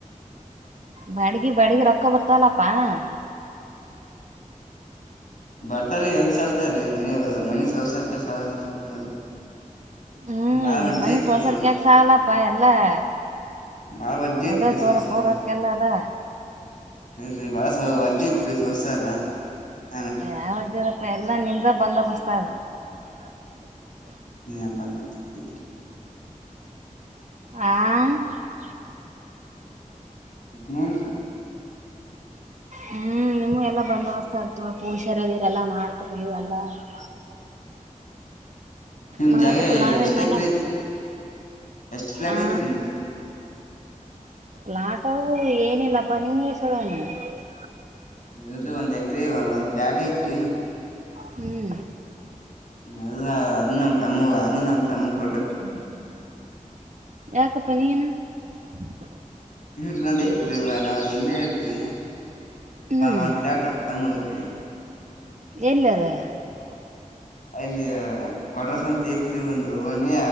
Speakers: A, on the right; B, on the left.
A: ಬಡ್ಗಿ ಬಡಗಿ ರೊಕ್ಕ ಬರ್ತಲ್ಲಪ್ಪಾ <unintelligible>
B: ಬರ್ತಾರ ಎಗ್ ಸಲ್ತ್ರೀ ಮನ ಮನಸಸರ್ಕ ಸವಲ್ರಿ ಎಲ್ಲ <unintelligible>
A: ಹ್ಮ್
B: ಬಾಳ ವಜ್ಜೆ
A: ಮನಷ
B: ಐತ್ರಿ
A: ಹೊಸರ್
B: ಸ
A: ಕಾಕ್ ಸಾವಾಲಾಪ್ಪಾ ಎಲ್ಲ <unintelligible>
B: ಬಾಳ ಬಜ್ಜೆ
A: ಅದ
B: ಐತ್ರಿ
A: ತೋರಪ್ಪ
B: ಸವಸ <unintelligible>
A: ರೊಕ್ಕ ಎಲ್ಲ ಅದ
B: ಹೇಳಲ್ ಬಾಸ ಅಜ್ಜ ತ್ರಿ ಸ ಹೊಸಾರ <unintelligible>
A: ಯಾವಜ್ಜದಪ್ಪ ಎಲ್ಲ ನಿಮ್ದ ಬಂದ ಬಸ್ತದ <unintelligible>
B: ಹ ಬಂದು <unintelligible>
A: ಆ <unintelligible>
B: ಇನ <unintelligible>
A: ಹ್ಮ್ ನಿಮ್ಗೆ ಎಲ್ಲಾ ಬಂದೋಬಸ್ತ್ ಆಗ್ತವ ಪುಷಾರದಿರೆ ಎಲ್ಲ ಮಾಡ್ದ್ರಿ ನೀವೆ ಎಲ್ಲಾ <unintelligible>
B: ನಿಮ
A: ಮಾಡ್ಬೇಕಲ್
B: ಜಾಗ
A: ನಾವೇನ್
B: ಎಷ್ಟಕ್ರ
A: ಮನ್ಯಾಗ
B: ಐತ್ರಿ <unintelligible> ಎಷ್ಟ್ ಪ್ಲೇಟ್
A: ಆ
B: ಐತ್ ನಿಮ್ದ <unintelligible>
A: ಲಾಟವು ಏನಿಲ್ಲಪ್ಪಾ ನಿಮ್ ಹಸಡಣ <unintelligible>
B: ಹೇಳರಿ ಒಂದ್ ಎಕರೆ ಒಂದ್ ಪ್ಲಾಟ್ ಐತ್ರಿ <unintelligible>
A: ಹ್ಮ್ <unintelligible>
B: ಅದ ಅದ ನಮ್ ತಮ್ಮ ಅದ ನಮ್ ತಮ್ಮ ಕೊಡ್ಬೇಕ <unintelligible>
A: ಯಾಕಪ್ಪ ನೀಯನ <unintelligible>
B: ಹ ನಂದ ಐತ್ರಿ ನಾವ ಇಲ್ಲೇ ಇರ್ತಿವಿ
A: ಹ್ಮ್
B: ಒಂದ ಪ್ಲಾಟ್ ನಮ್ ತಮ್ಮಗರಿ <unintelligible> ಹ್ಮ್ <unintelligible>
A: ಎಲ್ಲದ <unintelligible>
B: ಅಲ್ಲಿ ಕ್ವಾತ್ರಸ್ ಅಂತ ಐತ್ರಿ ಒಂದು ಓಣಿ